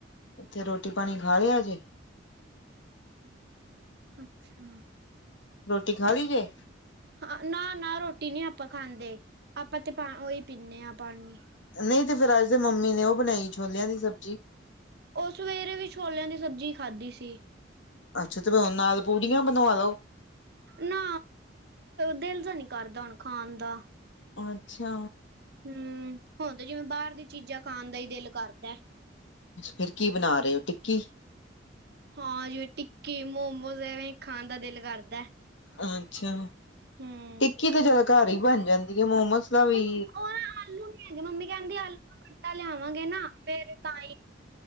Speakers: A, on the left; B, on the right.
A: ਤੇ ਰੋਟੀ-ਪਾਣੀ ਖਾ ਲਿਆ ਜੇ?
B: ਅੱਛਾ।
A: ਰੋਟੀ ਖਾ ਲਈ ਜੇ?
B: ਹਾਂ, ਨਾ-ਨਾ ਰੋਟੀ ਨੀ ਆਪਾਂ ਖਾਂਦੇ, ਆਪਾਂ ਤੇ ਪਾ ਉਹੀ ਪੀਨੇ ਆਂ ਪਾਣੀ।
A: ਨਈਂ ਤੇ ਫਿਰ ਅੱਜ ਦੇ ਮੰਮੀ ਨੇ ਉਹ ਬਣਾਈ, ਛੋਲਿਆਂ ਦੀ ਸਬਜ਼ੀ।
B: ਉਹ ਸਵੇਰੇ ਵੀ ਛੋਲਿਆਂ ਦੀ ਸਬਜ਼ੀ ਖਾਧੀ ਸੀ।
A: ਅੱਛਾ ਤੇ ਹੁਣ ਨਾਲ ਪੂੜੀਆਂ ਬਣਾ ਲੋ।
B: ਨਾ, ਦਿਲ ਜਾ ਨੀਂ ਕਰਦਾ ਹੁਣ ਖਾਣ ਦਾ।
A: ਅੱਛਾ।
B: ਹੂੰ, ਹੁਣ ਤੇ ਜਿਵੇਂ ਬਾਹਰ ਦੀ ਚੀਜ਼ਾਂ ਖਾਣ ਦਾ ਈ ਦਿਲ ਕਰਦਾ।
A: ਫੇਰ ਕੀ ਬਣਾ ਰਹੇ ਓ ਟਿੱਕੀ?
B: ਹਾਂ, ਜਿਵੇਂ ਟਿੱਕੀ, ਮੋਮੋਸ ਐਵੇਂ ਖਾਣ ਦਾ ਦਿਲ ਕਰਦਾ।
A: ਅ-ਅੱਛਾ,
B: ਹਮ
A: ਟਿੱਕੀ ਤਾਂ ਜਿਆਦਾ ਘਰ ਹੀ ਬਣ ਜਾਂਦੀ ਆ ਮੋਮੋਸ ਦਾ ਵੀ
B: ਊ, ਉਹ ਨਾ ਆਲੂ ਨੀ ਹੈਗੇ, ਮੰਮੀ ਕਹਿੰਦੀ ਆਲੂ ਦਾ ਆਟਾ ਲਿਆਵਾਂਗੇ ਨਾ, ਫੇਰ ਤਾਂ ਈ।